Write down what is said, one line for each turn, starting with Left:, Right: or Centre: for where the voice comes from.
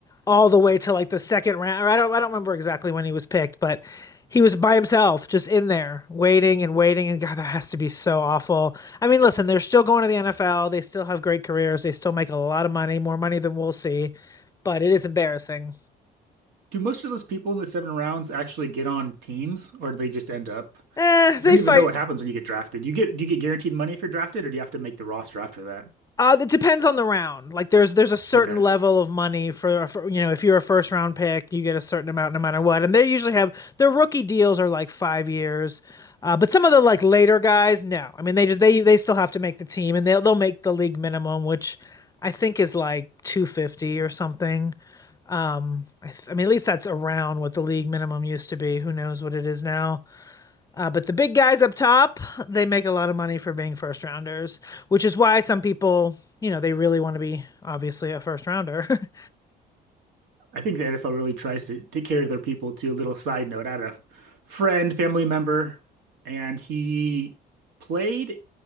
Left: all the way to like the second round. Or I don't I don't remember exactly when he was picked, but he was by himself, just in there, waiting and waiting. And God, that has to be so awful. I mean, listen, they're still going to the NFL. They still have great careers. They still make a lot of money, more money than we'll see, but it is embarrassing.
Right: Do most of those people in the seven rounds actually get on teams or do they just end up?
Left: Eh, they
Right: I don't even
Left: fight.
Right: know what happens when you get drafted. Do you get do you get guaranteed money if you're drafted or do you have to make the roster after that?
Left: Uh, it depends on the round. Like there's there's a certain
Right: Okay.
Left: level of money for, for you know if you're a first round pick, you get a certain amount no matter what. And they usually have their rookie deals are like five years, uh, but some of the like later guys, no. I mean they just they they still have to make the team and they'll they'll make the league minimum, which I think is like two fifty or something. Um, I, th- I mean at least that's around what the league minimum used to be. Who knows what it is now? Uh, but the big guys up top, they make a lot of money for being first rounders, which is why some people, you know, they really want to be obviously a first rounder. <laughs>
Right: I think the NFL really tries to take care of their people too. A little side note, I had a friend, family member, and he played